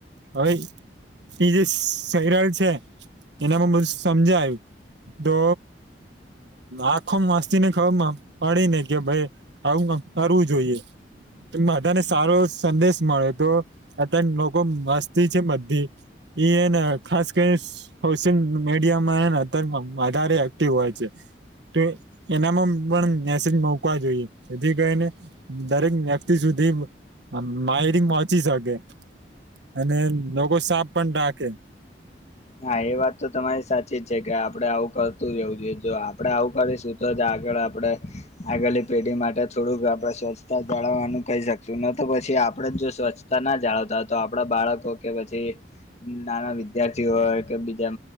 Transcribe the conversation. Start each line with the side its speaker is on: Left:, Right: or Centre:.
Right: હવે એ જે <unintelligible> છે એના પણ બધું સમજાય્યું. તો આખો મસ્તી ને ખબર પડી ને કે ભઈ આવું કાંક કરવું જોઈએ બધાને સારો સંદેશ મળે તો અત્યારે લોકો મસ્તી છે બધી એ એને ખાસ કરી સોશિયલ મીડિયામાંને અત્યારે વધારે એક્ટિવ હોય છે તો એનામાં પણ મેસેજ મુકવા જોઈએ જેથી કરિ ને દરેક વ્યક્તિ સુધી આમ માહિતિ પહોંચી શકે અને લોકો સાપ પણ ઢાકે
Left: હા એ વાત તો તમારી સાચી જ છે કે આપડે આવું કરતું રહેવું જોઈએ જો આપડે આવું કરીશું તો જ આગળ આપડે આગળની પેઢી માટે થોડુંક આપડે સ્વસ્થ જાળવવાનું કહી શકશું ન તો પછી આપડે જો સ્વચ્છતા ના જાળવતા તો આપડા બાળક તો કે પછી નાના વિદ્યા વિધાર્થી હોય કે બીજા